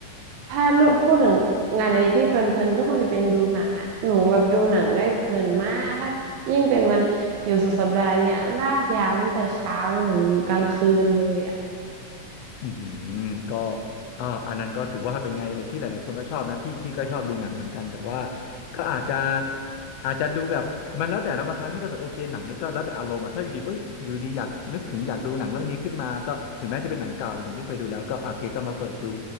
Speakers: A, on the right; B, on the left.
A: ถ้าพูดถึงงานอะไรที่เพลินๆก็คงจะเป็นดูหนังอ่ะหนูแบบดูหนังได้เพลินมากถ้ายิ่งเป็นวันอยู่สุดสัปดาห์เนี่ยลากยาวตั้งแต่เช้าจนถึงกลางคืนเลยอ่ะ
B: อือหือก็อ่าอันนั้นก็ถือว่าเป็นงานอดิเล็กที่หลายๆคนก็ชอบนะพี่พี่ก็ชอบดูหนังเหมือนกันแต่ว่าก็อาจจะอาจจะดูแบบมันแล้วแต่นะบางครั้งพี่ก็รู้สึกโอเคหนังนี่ก็แล้วแต่อารมณ์อะถ้าอยู่ดีเอ้ยอยู่ดีอยากนึกถึงอยากดูหนังเรื่องนี้ขึ้นมาก็ถึงแม้จะเป็นหนังเก่าหรือหนังที่เคยดูแล้วก็อ่ะโอเคก็มาเปิดดู